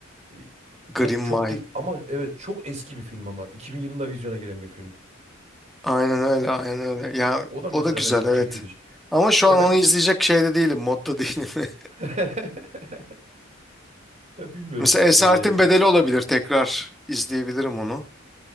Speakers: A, on the right; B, in the centre.
A: Ee,
B: Green
A: ta çok
B: Mile.
A: ge- ama evet çok eski bir film ama. 2000 yılında vizyona giren bir film.
B: Aynen öyle aynen öyle. Ya
A: O da
B: o
A: mesela
B: da güzel
A: beni çok
B: evet.
A: çekiyordu.
B: Ama şu
A: Ya
B: an onu
A: ben
B: izleyecek şeyde değilim, modda değilim. <laughs>
A: <laughs> ya bilmiyorum.
B: Mesela Esaretin
A: Ee,
B: Bedeli olabilir tekrar izleyebilirim onu.